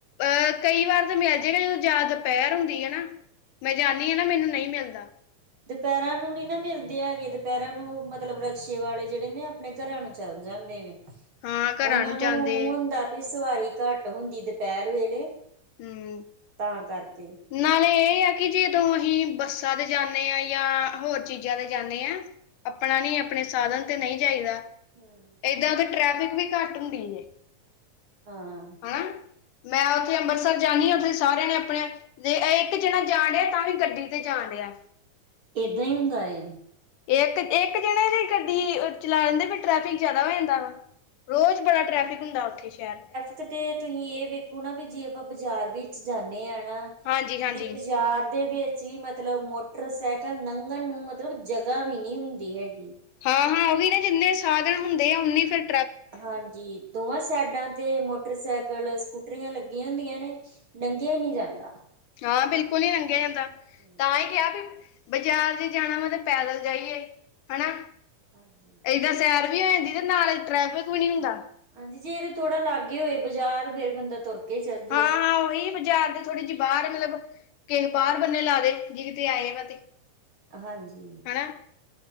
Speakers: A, on the left (about 85°); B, on the right (about 40°).
A: ਅਹ ਕਈ ਵਾਰ ਤਾਂ ਮਿਲ ਜਾਏਗਾ ਜਦੋਂ ਜਿਆ ਦੁਪਹਿਰ ਹੁੰਦੀ ਹੈ ਨਾ ਮੈਂ ਜਾਂਣੀ ਹਾਂ ਨਾ ਮੈਨੂੰ ਨਹੀਂ ਮਿਲਦਾ।
B: ਦੁਪਹਿਰਾਂ ਨੂੰ ਨੀ ਨਾ ਮਿਲਦੇ ਹੈਗੇ, ਦੁਪਹਿਰਾਂ ਨੂੰ ਮਤਲਬ ਰਕਸ਼ੇ ਵਾਲੇ ਜਿਹੜੇ ਨੇ ਆਪਣੇ ਘਰਾਂ ਨੂੰ ਚੱਲ ਜਾਂਦੇ ਨੇ।
A: ਹਾਂ ਘਰਾਂ
B: ਉਹਨਾਂ ਨੂੰ
A: ਜਾਂਦੇ
B: ਹੁੰਦਾ ਵੀ ਸਵਾਰੀ ਘੱਟ ਹੁੰਦੀ ਦੁਪਹਿਰ ਵੇਲੇ
A: ਹੂੰ।
B: ਤਾਂ ਕਰਕੇ।
A: ਨਾਲੇ ਇਹ ਆ ਕਿ ਜੇਦੋ ਹੀ ਬੱਸਾਂ ਦੇ ਜਾਣੇ ਹਾਂ, ਯਾ ਹੋਰ ਚੀਜ਼ਾਂ ਦੇ ਜਾਣੇ ਹਾਂ। ਆਪਣਾ ਨੀ ਆਪਣੇ ਸਾਧਨ ਤੇ ਨਹੀਂ ਜਾਈਦਾ।
B: ਹਮ।
A: ਇਦਾਂ ਤੇ ਟ੍ਰੈਫਿਕ ਵੀ ਘੱਟ ਹੁੰਦੀ ਜੇ,
B: ਹਾਂ।
A: ਹਨਾ, ਮੈਂ ਉੱਥੇ ਅੰਮ੍ਰਿਤਸਰ ਜਾਂਦੀ ਆ ਉੱਥੇ ਸਾਰਿਆਂ ਨੇ ਆਪਣੇ ਤੇ ਇੱਕ ਜਨਾ ਜਾਣ ਡਿਆ ਤਾਂ ਵੀ ਗੱਡੀ ਤੇ ਜਾਣ ਡਿਆ।
B: ਏਦੀ ਹੀ ਹੁੰਦਾ ਏ।
A: ਇੱਕ-ਇੱਕ ਜਨੇ ਦੀ ਗੱਡੀ ਚਲਾ ਲੈਂਦੇ ਫਿਰ ਟ੍ਰੈਫਿਕ ਜਿਆਦਾ ਹੋ ਜਾਂਦਾ ਵਾ। ਰੋਜ਼ ਬੜਾ ਟਰੈਫਿਕ ਹੁੰਦਾ ਉੱਥੇ ਸ਼ਹਿਰ।
B: ਇਕ ਤੇ ਤੁਸੀਂ ਇਹ ਵੇਖੋ ਨਾ ਵੀ ਜੇ ਆਪਾਂ ਬਾਜ਼ਾਰ ਵਿੱਚ ਜਾਂਣੇ ਹਨਾ
A: ਹਾਂਜੀ ਹਾਂਜੀ।
B: ਤੇ ਬਾਜ਼ਾਰ ਦੇ ਵਿੱਚ ਵੀ ਮਤਲਬ ਮੋਟਰਸਾਈਕਲ ਲੰਘਣ ਨੂੰ ਮਤਲਬ ਮਤਲਬ ਜਗਾ ਵੀ ਨਹੀਂ ਹੁੰਦੀ ਹੈਗੀ।
A: ਹਾਂ-ਹਾਂ ਉਹ ਵੀ ਨਾ ਜਿੰਨੇ ਸਾਧਨ ਹੁੰਦੇ ਆ ਉਨੀ ਫੇਰ
B: ਹਾਂਜੀ। ਦੋਵਾਂ ਸਾਈਡਾਂ ਤੇ ਮੋਟਰਸਾਈਕਲ, ਸਕੂਟਰੀਆਂ ਲੱਗੀਆਂ ਹੁੰਦੀਆਂ ਨੇ ਲੱਗਿਆ ਹੀ ਨਹੀਂ ਜਾਂਦਾ।
A: ਹਾਂ, ਬਿਲਕੁਲ ਨੀ ਲੱਗਿਆ ਜਾਂਦਾ,
B: ਹਾਂਜੀ
A: ਤਾਂ ਹੀ ਕਿਹਾ ਵੀ ਬਾਜ਼ਾਰ ਜੇ ਜਾਣਾ ਵਾ ਤਾਂ ਪੈਦਲ ਜਾਈਏ ਹਨਾ।
B: ਹਾਂਜੀ
A: ਏਦਾਂ ਸੈਰ ਵੀ ਹੋ ਜਾਂਦੀ, ਤੇ ਨਾਲ ਟ੍ਰੈਫਿਕ ਵੀ ਨਹੀਂ ਹੁੰਦਾ।
B: ਹਾਂਜੀ, ਜੇ ਇਹ ਤੇ ਥੋੜਾ ਲਾਗੇ ਹੋਏ ਬਾਜ਼ਾਰ, ਫੇਰ ਬੰਦਾ ਤੁਰ ਕੇ ਚੱਲ ਜੇ।
A: ਹਾਂ ਉਹੀ ਬਾਜ਼ਾਰ ਦੇ ਥੋੜੀ ਜਿਹੀ ਬਾਹਰ ਮਤਲਬ, ਕਿਸੇ ਬਾਹਰ ਬੰਨੇ ਲਾ ਦੇ, ਜੇ ਕਿਤੇ ਆਏ ਵਾ ਤੇ।
B: ਹਾਂਜੀ।
A: ਹਨਾ।